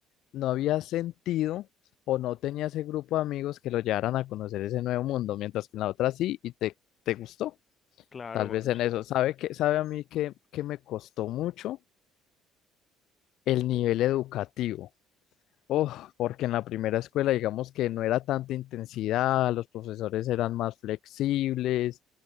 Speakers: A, on the left (about 70°); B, on the left (about 30°).
A: no había sentido o no tenía ese grupo de amigos que lo llevaran a conocer ese nuevo mundo, mientras que en la otra sí y te, te gustó.
B: Claro,
A: Tal
B: me
A: vez
B: gustó.
A: en eso. ¿Sabe que, sabe a mí que, que me costó mucho el
B: ¿Qué te-
A: nivel educativo? Oh, porque en la primera escuela, digamos que no era tanta intensidad, los profesores eran más flexibles,